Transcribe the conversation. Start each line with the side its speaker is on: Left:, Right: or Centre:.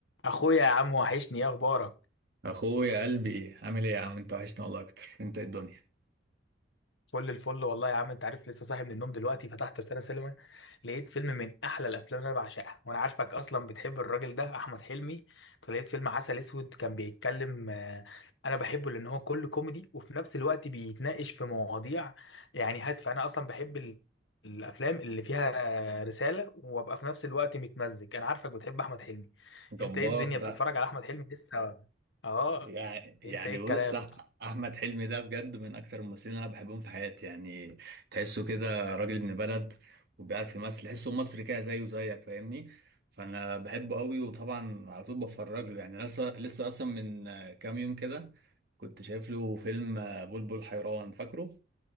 Left: اخويا يا عم وحشني ايه اخبارك
Right: اخويا قلبي عامل ايه يا عم انت وحشنا والله اكتر انت إيه الدنيا
Left: فل الفل والله يا عم انت عارف لسه صاحي من النوم دلوقتي فتحت روتانا سينما لقيت فيلم من احلى الافلام اللي انا بعشقها وانا عارفك اصلا بتحب الراجل ده احمد حلمي فلقيت فيلم عسل اسود كان بيتكلم آه، انا بحبه لان هو كله كوميدي وفي نفس الوقت بيتناقش في مواضيع يعني هادفه انا اصلا بحب ال- الافلام اللي فيها آه، رساله وابقى في نفس الوقت متمزج انا عارفك بتحب احمد حلمي
Right: جبار
Left: انت ايه الدنيا بتتفرج
Right: ده
Left: على احمد حلمي لسه اه
Right: يعني يعني
Left: انت ايه الكلام
Right: بص أح- احمد حلمي ده بجد من اكتر الممثلين اللي انا بحبهم في حياتي يعني تحسه كده راجل ابن بلد وبيعرف يمثل تحسه مصري كده زيه زيك فاهمني فانا بحبه قوي وطبعا على طول بتفرج له يعني لسه لسه اصلا من آه، كام يوم كده كنت شايف له فيلم آه، بلبل حيران فاكره